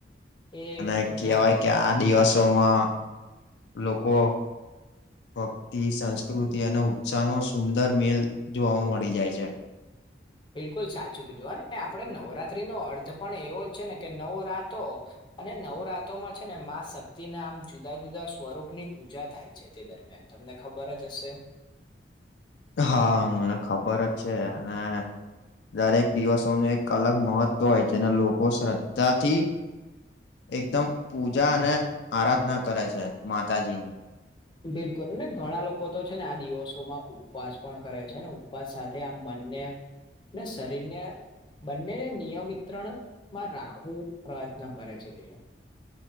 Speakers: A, on the left; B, on the left.
A: એ
B: અને
A: એકદમ
B: કેવાય કે આ દિવસો માં લોકો ભક્તિ સંસ્કૃતિ અને ઉત્સાહનો સુંદર મેલ જોવા મળી જાય છે.
A: બિલકુલ સાચું કીધું અને આપણે નવરાત્રી નો અર્થ પણ એવો જ છે ને કે નવ રાતો અને નવરાતોમાં છે ને માં શક્તિ ના આમ જુદા જુદા સ્વરૂપ ની પૂજા થાય છે તે દરમિયાન. તમને ખબર જ હશે.
B: હા મને ખબર જ છે અને દરેક દિવસોનું એક અલગ મહત્વ હોય જેને લોકો શ્રદ્ધાથી એકદમ પૂજા અને આરાધના કરે છે માતાજીની
A: બિલકુલ ને ઘણા લોકો તો છે ને આ દિવસોમાં ઉપવાસ પણ કરે છે ને ઉપવાસ સાથે આમ મનને ને શરીર ને બંનેને નિયમિત્રણમાં રાખવું પ્રયત્ન કરે છે તે.